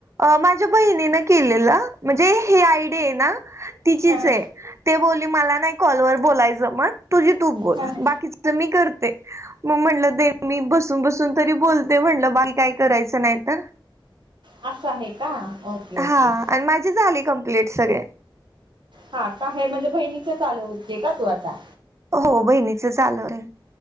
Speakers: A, on the right (about 35°); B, on the right (about 65°).
A: माझ्या बहिणीन केलेलं म्हणजे हे आय डी आहे ना तिचीच
B: हा हा
A: आहे ते बोलली मला नाही कॉलवर बोलायचं मग तुझी तूच बोल
B: हा हा.
A: बाकीचं तर मी करते मग म्हटलं दे मी बसून बसून तरी बोलते म्हणलं बाई काय करायचं नाही तर
B: असं आहे का? ओके, ओके
A: हा आणि माझी झाली कम्प्लीट सगळे.
B: हा का आहे म्हणजे बहिणीच चालवते होते का तू आता?
A: हो बहिणीच चालू आहे